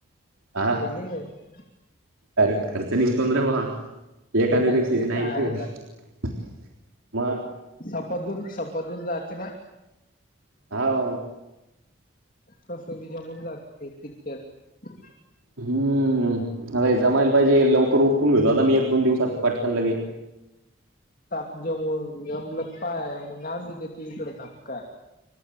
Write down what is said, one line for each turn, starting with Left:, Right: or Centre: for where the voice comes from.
Right: हा
Left: ह
Right: अर खर्च निघतों नारे भावा
Left: नाही
Right: एखादा
Left: नाही
Right: दिवसाचे
Left: ते
Right: नाईंटी
Left: तर आहे
Right: होते. मग
Left: सपादून सपादून जात ना
Right: हो.
Left: कसं वि जमून जाते तितक्यात
Right: हम्म. अर जमायला पाहिजे लवकर उरकून घेतो आता मी एक दोन दिवसात पटकन लगेच
Left: त जे <unintelligible> एल <unintelligible> पाय मग अजून देतो इकडे धपका